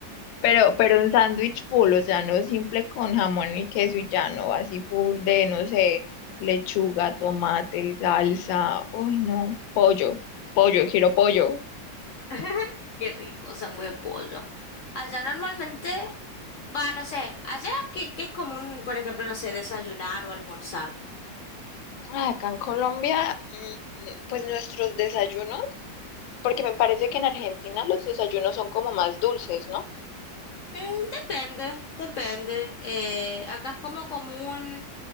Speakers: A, on the left (about 85°); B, on the left (about 65°).
A: Pero, pero un sándwich full, o sea, no simple con jamón y queso y ya, no, así full de, no sé, lechuga, tomate, salsa. Uy, no, pollo, pollo, quiero pollo.
B: <laughs> Qué rico, sándwich de pollo. Allá normalmente, va, no sé, allá qué, qué es común, por ejemplo, no sé, desayunar o almorzar.
A: Ah, Acá en Colombia, mm, pues nuestros desayunos. Porque me parece que en Argentina los desayunos son como más dulces, ¿no?
B: Mm, depende, depende. Eh, acá es como común,